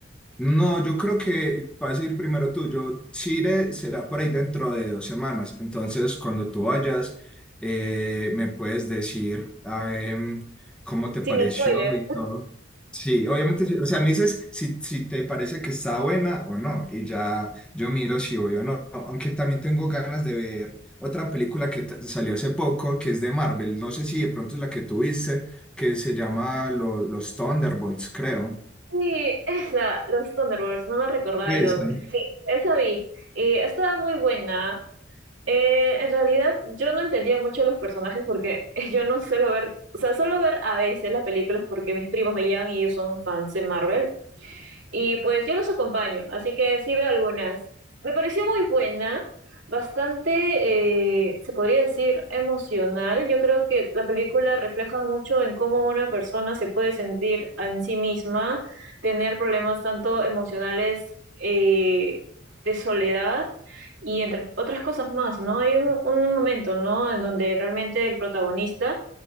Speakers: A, in the centre; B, on the right (about 80°).
A: No, yo creo que vas a ir primero tú. Yo, Chile será por ahí dentro de dos semanas. Entonces, cuando tú vayas, eh, me puedes decir ah, em, cómo te pareció
B: Sin spoiler.
A: y todo. Sí, obviamente, sí. o sea, me dices si, si te parece que está buena o no. Y ya yo miro si voy o no. Aunque también tengo ganas de ver otra película que t- salió hace poco, que es de Marvel. No sé si de pronto es la que tú viste, que se llama lo- Los Thunderbolts, creo.
B: Sí, esa, los Thunderbolts, no me recordaba
A: Esa.
B: el nombre. Sí, esa vi. Y estaba muy buena. Eh, en realidad, yo no entendía mucho los personajes porque <laughs> yo no suelo ver, o sea, suelo ver a veces las películas porque mis primos me llevan y ellos son fans de Marvel. Y pues yo los acompaño, así que sí veo algunas. Me pareció muy buena, bastante, eh, se podría decir, emocional. Yo creo que la película refleja mucho en cómo una persona se puede sentir en sí misma, tener problemas tanto emocionales eh, de soledad y entre otras cosas más, ¿no? Hay un, un momento, ¿no? En donde realmente el protagonista